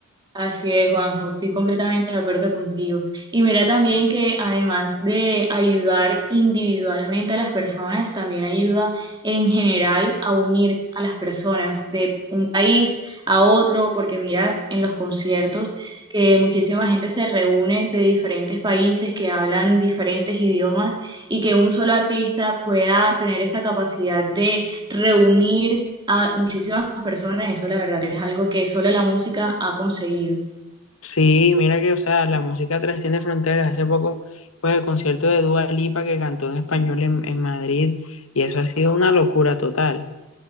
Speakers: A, on the right; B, on the left.
A: Así es, Juanjo, estoy completamente de acuerdo contigo. Y mira también que además de ayudar individualmente a las personas, también ayuda en general a unir a las personas de un país a otro, porque mira en los conciertos que muchísima gente se reúne de diferentes países que hablan diferentes idiomas y que un solo artista pueda tener esa capacidad de reunir a muchísimas personas. Eso la verdad es algo que solo la música ha conseguido.
B: Sí, mira que, o sea, la música trasciende fronteras. Hace poco, pues el concierto de Dua Lipa que cantó en español en, en Madrid, y eso ha sido una locura total.